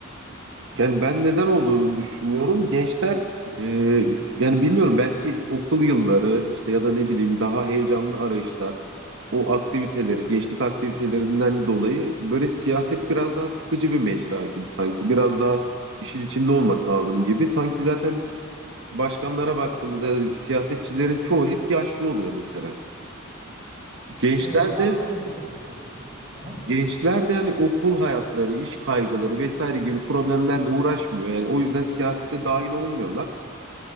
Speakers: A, on the right; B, on the right.
A: Yani ben neden olduğunu düşünüyorum. Gençler e, yani bilmiyorum belki okul yılları işte ya da ne bileyim daha heyecanlı arayışlar o aktiviteleri gençlik aktivitelerinden dolayı böyle siyaset biraz daha sıkıcı bir mecra gibi sanki biraz daha işin içinde olmak lazım gibi. Sanki zaten başkanlara baktığımızda ya da siyasetçilerin çoğu hep yaşlı oluyor mesela. Gençler
B: Hmm, bak
A: de
B: bu da güzel bir yaklaşım. Hı hı.
A: gençler de yani okul hayatları, iş kaygıları vesaire gibi problemlerle uğraşmıyor. Yani o yüzden siyasete dahil olmuyorlar.